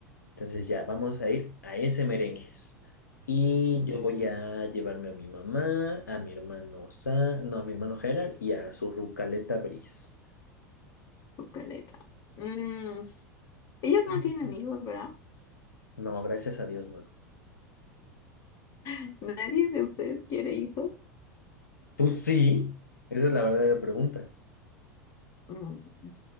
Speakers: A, on the left; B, on the left.
A: Entonces ya, vamos a ir a ese merengues. Y
B: Una
A: yo voy a llevarme a mi mamá, a mi hermano Sa, no, a mi hermano Gerard y a su Rucaleta Briz.
B: Bucaleta. Mm, ellos no
A: Mm.
B: tienen hijos, ¿verdad?
A: No, gracias a Dios, no.
B: <laughs> ¿Nadie de ustedes quiere hijos?
A: ¿Tú sí? Esa es la verdadera pregunta.
B: Mm,